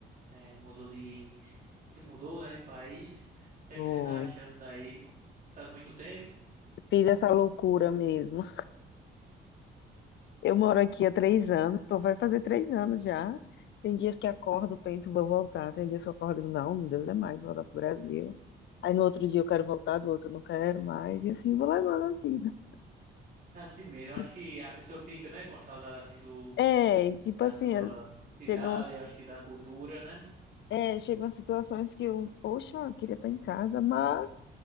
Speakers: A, on the right (about 45°); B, on the left (about 65°).
A: eh, mudou de, de- se mudou, né, de país. O que é
B: Deus.
A: que você tá achando daí? Mu- Faz muito tempo?
B: Fiz essa loucura mesmo. Eu moro aqui há três anos, tô, vai fazer três anos já. Tem dias que acordo, penso, vou voltar. Tem dias que eu acordo, não, Deus é mais, vou voltar pro Brasil. Aí no outro dia eu quero voltar, do outro eu não quero mais. E assim vou levando a vida.
A: É Assim mesmo. Acho
B: Tipo,
A: que a pessoa fica, né, com saudade assim do
B: É, tipo
A: da
B: assim,
A: sua
B: é,
A: cidade,
B: chegam
A: eu acho que da cultura, né?
B: É, chegam situações que eu, poxa, eu queria estar em casa, mas